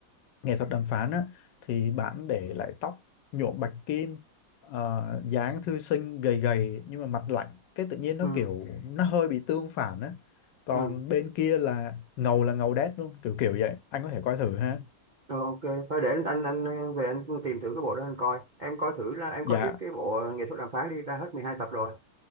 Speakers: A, on the left (about 65°); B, on the right (about 85°).
A: nghệ thuật đàm phán á, thì bạn để lại tóc nhuộm bạch kim ờ, dáng thư sinh gầy gầy nhưng mà mặt lạnh cái tự nhiên nó
B: ừ,
A: kiểu nó hơi bị tương phản á còn
B: ừ.
A: bên kia là ngầu là ngầu đét luôn kiểu kiểu vậy anh có thể coi thử ha
B: Rồi, ok. Thôi để anh, anh anh về anh tìm thử cái bộ đó anh coi. Em coi thử là em
A: dạ
B: coi tiếp cái bộ nghệ thuật đàm phán đi ra hết 12 tập rồi.